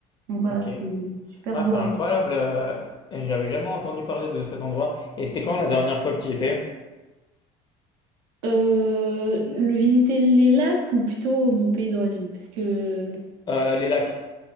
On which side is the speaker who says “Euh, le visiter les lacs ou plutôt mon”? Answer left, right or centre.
Right